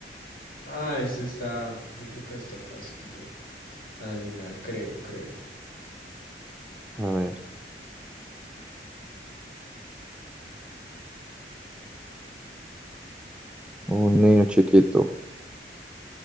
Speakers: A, on the left; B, in the centre.
A: Ah, este está, yo creo que va a estar fácil de adivinar, creo, creo.
B: A ver, un niño chiquito.